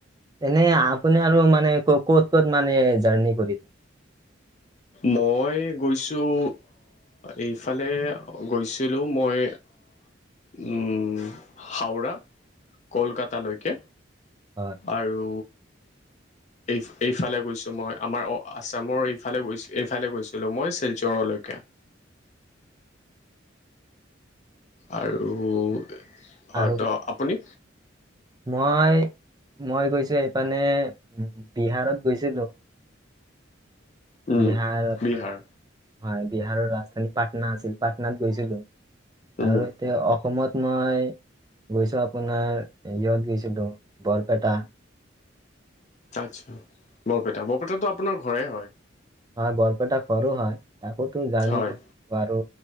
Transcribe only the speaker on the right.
এনেই আপুনি আৰু মানে ক ক'ত মানে জাৰ্ণি কৰিলে।
হয়
আৰু
মই মই গৈছো এইপিনে উ বিহাৰত গৈছিলো
বিহাৰ আপোনাৰ
হয় বিহাৰৰ ৰাজধানী পাটনা আছিল পাটনাত গৈছিলো
আৰু এতিয়া অসমত মই গৈছোঁ আপোনাৰ ইয়ত গৈছিলো বৰপেটা
হয় বৰপেটা ঘৰো হয়। তাকোতো জাৰ্ণি
আৰু